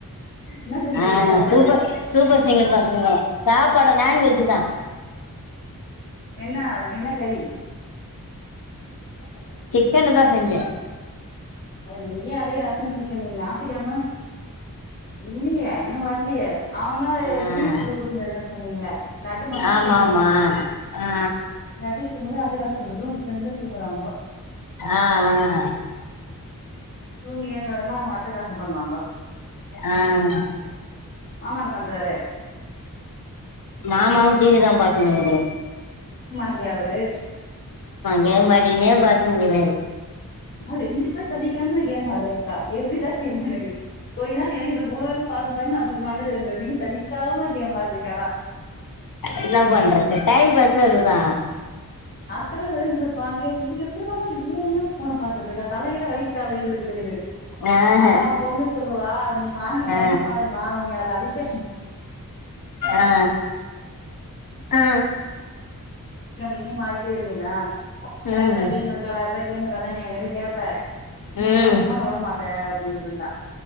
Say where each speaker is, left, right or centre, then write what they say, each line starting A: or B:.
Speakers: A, on the left (about 30°); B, on the left (about 70°).
A: என்ன செஞ்சீங்க
B: ஆஹ்
A: இன்னைக்கு சாப்பாடு
B: சூப்பர் சூப்பர் சிங்கர் பாத்துனுயிருக்குரோ சாப்பாடு நான்வெஜ் தான்
A: என்ன என்ன கறி
B: சிக்கனு தான் செஞ்சேன்
A: ஓ இங்கேயும் அதே ரசம் சிக்கனு நாத்துகிழம இல்லியே இன்னும் வரலயே அவன் தான்
B: ஆ
A: சூமிங் பூல்லு கூட்னு போய்கன்னு சொன்னீங்கள லட்டு மட்டும் தான்
B: ஆமா
A: தூங்குது
B: ஆமா ஆ
A: லட்டு தூங்குது அதிரா தூங்குது ஃப்ரெண்டு தூங்குறாங்கோ
B: ஆஹ் ஆஹ்
A: தூங்கி ஏந்தவுடனே தான் அவுங்க அட்டகாசம் பண்ணுவாங்க
B: ஆஹ்
A: மாமா என்ன பண்றாரு
B: மாமாவும் டிவி தான் பாத்துனுகிராறு
A: இல்லையா அவரு
B: கேம் மாட்டிகினே பாத்துன்னுரக்காரு
A: ஆஹ் ரெண்டு பே சலிக்காம கேம் ஆடுறீங்களா எப்படிதா தெரியல எனக்கு கொஞ்ச நாள் எனக்கு இது போதும் பந்த நம்மளுக்கு மண்டல வந்தது நீங்க சலிக்காம கேம்மாரி ரிங்காடா
B: என்ன பண்றது டைம் பாஸ் அதுதான்
A: அத்தட செவ்வன் இருப்பாங்க இவங்க எப்படிதமா இவளோ நேரம் போன்ன பாத்துட்டு இருக்கா தலைகில வலிக்காத இவளுக்கு
B: ஆஹ
A: அதான் உன் பொண்ணு சொல்லுவா நீ வாங்கி பண்ணி
B: ஆ
A: பாருமா நீ அது அடிக்டி
B: ஆ ஆ
A: <unintelligible> நீ மாரிட்டே இருந்தினா வேற
B: ம்
A: எதா கேம் இருக்கா வேற எ அதே மாரி அதான்னே என்கிட்ட கேக் நீங்க
B: ம்
A: அப்பற அந்த போனை வுட மாட்ட அப்படின்னுட்டு இருந்தா